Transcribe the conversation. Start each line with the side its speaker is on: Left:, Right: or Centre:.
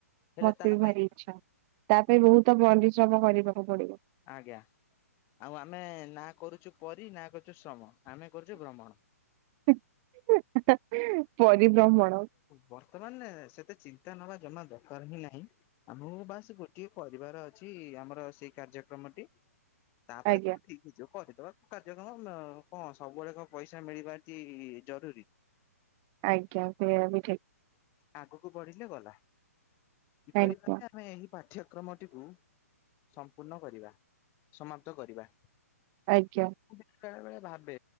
Left: ହେଲେ
Right: ମତେ
Left: ତା
Right: ବି
Left: ପାଇଁ
Right: ଭାରି ଇଚ୍ଛା ତା ପାଇଁ ବହୁତ ପରିଶ୍ରମ କରିବାକୁ ପଡ଼ିବ।
Left: ଆଜ୍ଞା ଆଉ ଆମେ ନା କରୁଛୁ ପରି ନା କରୁଛୁ ଶ୍ରମ ଆମେ କରୁଛୁ ଭ୍ରମଣ।
Right: <unintelligible> ପରିିବ୍ରମଣ।
Left: ବର୍ତ୍ତମାନ ସେତେ ଚିନ୍ତା ନବା ଜମା ଦରକାର ହିଁ ନାହିଁ। ଆମକୁ ବାସ୍ ଗୋଟିଏ ପରିବାର ଅଛି ଆମର ସେଇ କାର୍ଯ୍ୟକ୍ରମଟି। ତାପରେ
Right: ଆଜ୍ଞା
Left: କଉଠି? ନିଜ କରିଦବା କାର୍ଯ୍ୟକ୍ରମ-ମ କଣ ସବୁବେଳେ କଣ ପଇସା ମିଳିବାଟି ଜରୁରୀ?
Right: ଆଜ୍ଞା ସେଇଆ ବି ଠିକ୍।
Left: ଆଗକୁ ବଢ଼ିଲେ ଗଲା କିପରି
Right: ଆଜ୍ଞା
Left: ଭା ଆମେ ଏହି ପା ଠ୍ୟକ୍ରମଟିକୁ ସମ୍ପୂର୍ଣ୍ଣ କରିବା ସମାପ୍ତ କରିବା।
Right: ଆଜ୍ଞା।
Left: ମୁଁ ବେଳେ ବଳେ ଭାବେ